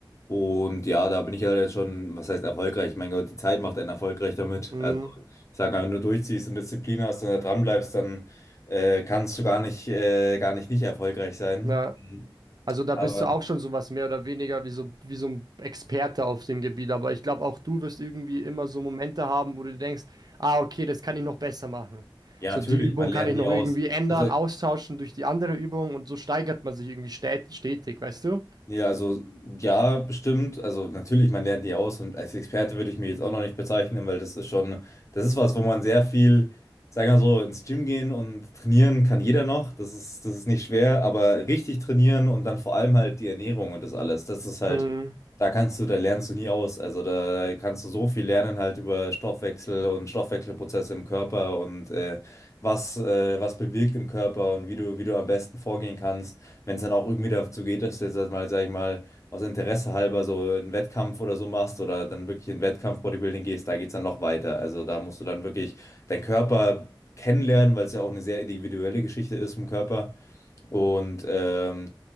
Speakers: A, on the left (about 35°); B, on the right (about 50°).
A: Und ja, da bin ich ja jetzt schon, was heißt erfolgreich? Mein Gott, die Zeit macht einen erfolgreich damit.
B: mh,
A: Also ich sage mal, wenn du durchziehst und Disziplin hast und da dran bleibst, dann äh, kannst du gar nicht, äh, gar nicht nicht erfolgreich sein.
B: na,
A: Mhm.
B: also da
A: Aber
B: bist du auch schon sowas mehr oder weniger wie so, wie so ein Experte auf dem Gebiet. Aber ich glaube, auch du wirst irgendwie immer so Momente haben, wo du denkst, ah, okay, das kann ich noch besser machen.
A: ja,
B: So,
A: natürlich,
B: die Übung
A: man lernt
B: kann ich
A: nie
B: noch
A: aus.
B: irgendwie ändern,
A: Also
B: austauschen durch die andere Übung und so steigert man sich irgendwie stät stetig, weißt du?
A: Ja, also ja, bestimmt. Also natürlich, man lernt nie aus und als Experte würde ich mich jetzt auch noch nicht bezeichnen, weil das ist schon, das ist was, wo man sehr viel, sagen wir mal so, ins Gym gehen und trainieren kann jeder noch. Das ist, das ist nicht schwer, aber richtig trainieren und dann vor allem halt die Ernährung und das alles, das ist halt,
B: Hm,
A: da kannst du, da lernst du nie aus. Also da kannst du so viel lernen halt über Stoffwechsel und Stoffwechselprozesse im Körper und äh, was, äh, was bewirkt im Körper und wie du, wie du am besten vorgehen kannst wenn es dann auch irgendwie dazu geht, dass du jetzt halt mal, sag ich mal, aus Interesse halber so einen Wettkampf oder so machst oder dann wirklich in Wettkampf Bodybuilding gehst, da geht es dann noch weiter. Also da musst du dann wirklich deinen Körper kennenlernen, weil es ja auch eine sehr individuelle Geschichte ist vom Körper. Und ähm,